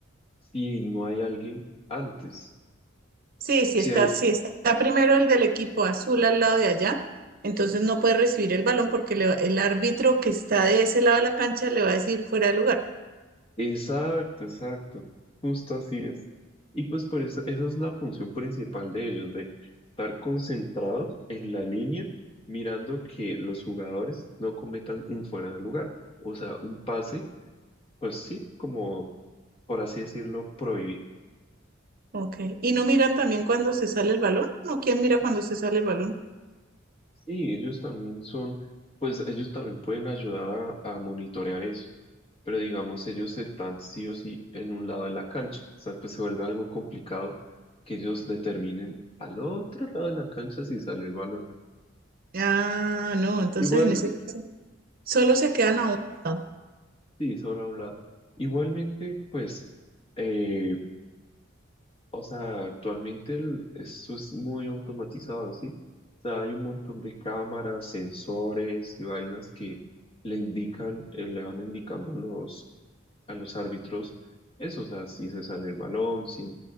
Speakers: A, on the left; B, on the right.
A: si no hay alguien antes.
B: sí, sí
A: Si
B: está,
A: hay,
B: sí está primero el del equipo azul al lado de allá, entonces no puede recibir el balón porque le va- el árbitro que está de ese lado de la cancha le va a decir fuera de lugar.
A: Exacto, exacto, justo así es. Y pues por eso, esa es la función principal de ellos, de estar concentrados en la línea, mirando que los jugadores no cometan un fuera de lugar. O sea, un pase, pues sí, como por así decirlo, prohibido
B: Ok. ¿Y no miran también cuando se sale el balón? ¿O quién mira cuando se sale el balón?
A: Sí, ellos también son, pues ellos también pueden ayudar a, a monitorear eso, pero digamos, ellos están sí o sí en un lado de la cancha, o sea, pues se vuelve algo complicado que ellos determinen al otro lado de la cancha si salió el balón.
B: Ah, no, entonces
A: Igual,
B: en ese caso solo se quedan a un lado.
A: sí, sobre un lado. Igualmente, pues, eh, O sea, actualmente el- esto es muy automatizado, ¿sí? O sea, hay un montón de cámaras, sensores y vainas que le indican, eh, le van indicando a los, a los árbitros eso, o sea, si se sale el balón, si,